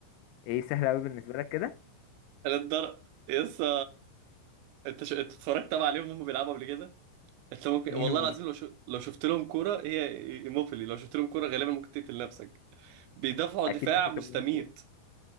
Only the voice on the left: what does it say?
ايه سهل قوي بالنسبة لك كده
مين
ومين
اكيد مش
هشوفهم كوره